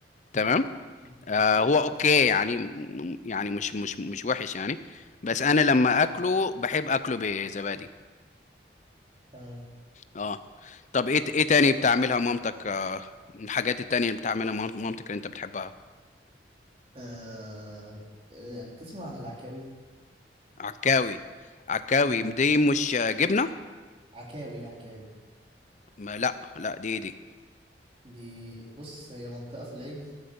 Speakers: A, on the left; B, on the right.
A: تمام
B: مم.
A: آه هو اوكي يعني م- م- يعني مش مش مش وحش يعني بس انا لما اكله بحب اكله بزبادي
B: تمام
A: اه طب ايه ايه تاني بتعملها مامتك آه، من الحاجات التانية اللي بتعملها مام- مامتك اللي انت بتحبها
B: آه آه، بتسمع عن العكاوي
A: عكاوي عكاوي
B: مم.
A: دي مش آه، جبنة
B: عكاوي عكاوي
A: ما لا لا دي دي
B: دي بص هي منطقه في العجل